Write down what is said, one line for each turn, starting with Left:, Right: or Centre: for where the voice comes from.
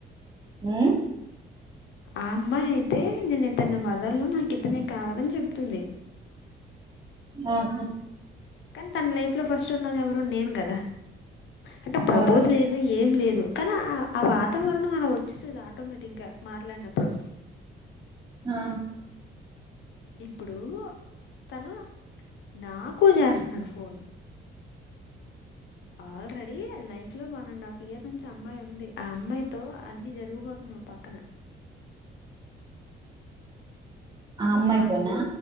Right: మ్మ్
Left: ఆ అమ్మాయి అయితే నేను ఇతనిని వదలను ది కావాలని చెప్తుంది
Right: ఆహా
Left: కానీ తన లైఫ్ లో ఫస్ట్ ఉన్నది ఎవరు నేను కదా అంటే ప్రపోజల్
Right: అవును
Left: లేదు ఏం లేదు కానీ ఆ ఆ వాతావరణం ఆలా వచ్చేసేది ఆటోమేటిక్ గా మాట్లాడినప్పుడు.
Right: ఆ
Left: ఇప్పుడు తను నాకు చేస్తున్నాడు ఫోన్ ఆల్రెడీ లైఫ్ లో వన్ అండ్ హాఫ్ ఇయర్ నుంచి అమ్మాయి ఉంది ఆ అమ్మాయితో అన్ని జరిగిపోతున్నాయ్ ఒక పక్కన
Right: ఆ అమ్మాయితోనా?
Left: మాకు